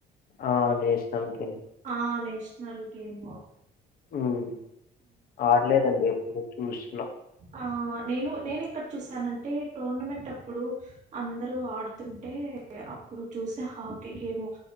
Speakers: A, on the left (about 60°); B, on the right (about 45°).
A: ఆ నేషనల్ గే
B: ఆ నేష్ ష్నల్ గేము.
A: మ్మ్ ఆడ్లేదండి ఎప్పుడు చూసిన
B: ఆ నేను నేనెక్కడ చూసానంటే టోర్నమెంట్ అప్పుడు అందరూ ఆడుతుంటే అప్పుడు చూసా హాకీ గేము